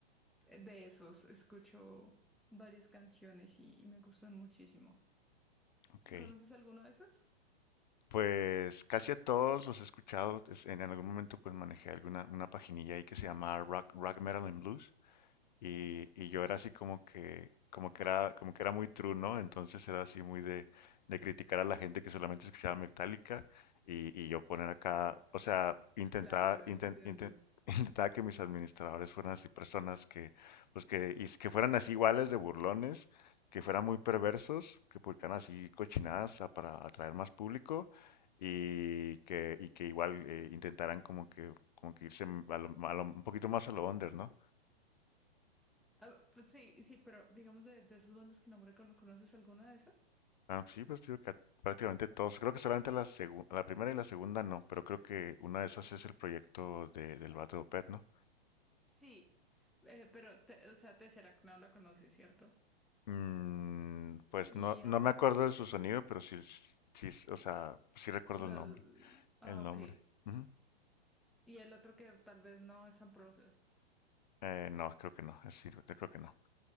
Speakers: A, in the centre; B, on the left.
A: eh, de esos escucho varias canciones y, y me gustan muchísimo.
B: Ok.
A: ¿Conoces alguno de esos?
B: Pues casi a todos los he escuchado. es- En algún momento pues manejé alguna una paginilla ahí que se llama Rock, Rock Metal and Blues. Y, y yo era así como que, como que era, como que era muy true, ¿no? Entonces era así muy de, de criticar a la gente que solamente escuchaba Metallica y, y yo poner acá, o sea, intentaba,
A: Claro,
B: inten-
A: eh, entiendo.
B: inten- <laughs> intentaba que mis administradores fueran así personas que, pues que, y que fueran así iguales de burlones, que fueran muy perversos, que publicaran así cochinadas a- para atraer más público y que, y que igual eh, intentaran como que, como que irse a lo- a lo- un poquito más a lo under, ¿no?
A: Ah, pues sí, sí, pero digamos de, de esas bandas que nombré, ¿cono- ¿conoces alguna de esas?
B: Ah, sí, pues digo que prácticamente todos. Creo que solamente la segu- la primera y la segunda no, pero creo que una de esas es el proyecto de, del vato de Opeth, ¿no?
A: Sí, eh, pero, te- o sea, Tesseract no la conoces, ¿cierto?
B: Mm, pues
A: Y
B: no, no
A: ah,
B: me acuerdo de su sonido, pero sí, sí, sí, o sea, sí recuerdo
A: lo-
B: el nombre,
A: ah,
B: el nombre.
A: ok.
B: Ujú.
A: Y el otro que tal vez no es Unprocessed.
B: Eh, no, creo que no, es sí, yo creo que no.